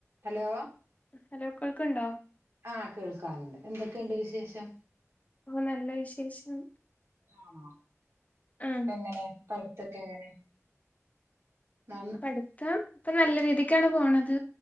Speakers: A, on the right; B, on the left.
A: ഹലോ
B: ഹലോ കൊൾക്കുണ്ടോ
A: ആഹ് കേൾക്കാറുണ്ട് എന്തൊക്കെയുണ്ട് വിശേഷം
B: ഓഹ് നല്ല വിശേഷം
A: ആണോ
B: ആഹ്
A: എങ്ങനെ പഠിത്തൊക്കെ എങ്ങനെ ന
B: പഠ്ത്തം ഇപ്പൊ നല്ല രീതിക്കാണ് പോണത്